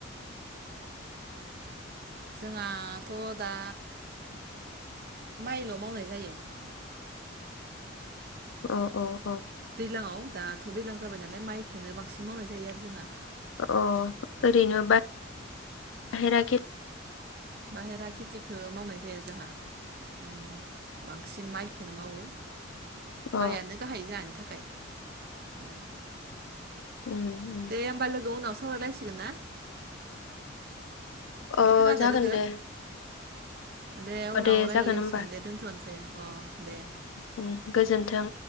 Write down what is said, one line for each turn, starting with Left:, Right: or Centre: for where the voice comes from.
Right: जोङाथ' दा माइल' मावनाय जायो।
Left: अ अ।
Right: दैलांआव दाथ' दैलां जाबाय नालाय माइ खोनो बांसिन मावनाय जायो आरो जोङा
Left: अ ओरैनो बा हेरा <inaudible>
Right: बाहेरा खेथिखो मावनाय जाया जोहा ओं बांसिन माइखोनो मावो।
Left: अ
Right: माइआनो गाहाय जाहानि थाखाय। अ
Left: उम उम
Right: दे होमबा लोगो उनाव सावरायलायसिगोन ना?
Left: अ
Right: खोनादो
Left: जागोन
Right: लोगो
Left: दे।
Right: दे उनाव
Left: अ
Right: रायलायलायसिगोन
Left: जागोन होमबा
Right: दे दोनथ'नोसै अ दे।
Left: उम गोजोन्थों।